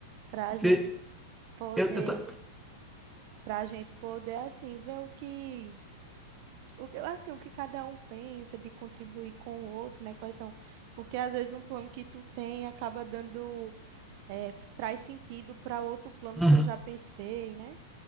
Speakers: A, on the right; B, in the centre.
A: Pra
B: Vê,
A: gente poder
B: eu, eu, ta-
A: para a gente poder assim ver o que o, que- assim o que cada um pensa de contribuir com o outro, né? Quais são? Porque às vezes um plano que tu tem acaba dando é, traz sentido para outro plano
B: Uhum.
A: que eu já pensei, né?